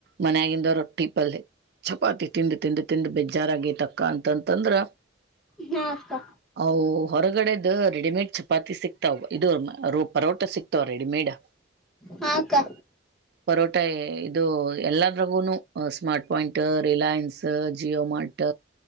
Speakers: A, on the right (about 55°); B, in the centre.
A: ಮನ್ಯಾಗಿಂದ ರೊಟ್ಟಿ ಪಲ್ಲೆ. ಚಪಾತಿ ತಿಂದು ತಿಂದು ತಿಂದು ಬೇಜಾರಾಗಿ ತಕ್ಕಾ ಅಂತಂತಂದ್ರ
B: ಹಾ ಅಕ್ಕಾ
A: ಅವು ಹೊರಗಡೆದ ರೆಡಿಮೇಡ್ ಚಪಾತಿ ಸಿಕ್ತಾವ ಇದು ರ ಪರೋಟ ಸಿಕ್ತಾವ ರೆಡಿಮೇಡ್
B: ಹಾ ಅಕ್ಕಾ
A: ಪರೋಟೆ ಇದು ಎಲ್ಲದ್ರಗುನು smart point Reliance Jio mart